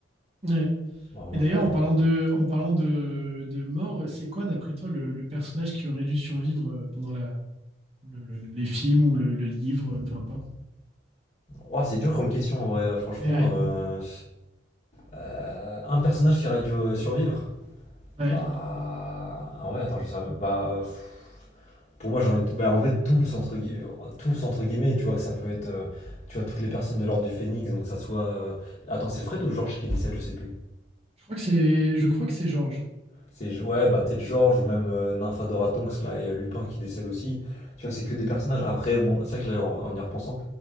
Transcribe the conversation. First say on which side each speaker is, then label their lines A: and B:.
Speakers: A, on the right; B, on the left.
A: Ouais.
B: vois. Vraiment,
A: Et d'ailleurs,
B: je sais pas.
A: en parlant de, en parlant de, de mort, c'est quoi, d'après toi, le, le personnage qui aurait dû survivre euh, pendant la, le- le- les films ou le, le livre, euh, peu importe?
B: Ouah, c'est dur comme question, en vrai, Euh, franchement.
A: Et ouais,
B: euh, euh, un personnage qui aurait dû euh, survivre
A: ouais.
B: Bah. Ah ouais, attends, je sais. Bah. pff, Pour moi, j'ai envie de- bah, en fait, tous entre, gui- tous, entre guillemets, tu vois, que ça peut être, euh, tu vois, toutes les personnes de l'ordre du Phénix, donc que ça soit... euh, Attends, c'est Fred ou Georges qui décède, je sais plus.
A: Je crois que c'est, je crois que c'est Georges.
B: C'est, ouais, bah peut-être Georges ou même euh, Nymphadora Tonks, là, et euh, Lupin qui décède aussi. Tu vois, c'est que des personnages. Après, bon, c'est vrai que là, en, en y repensant,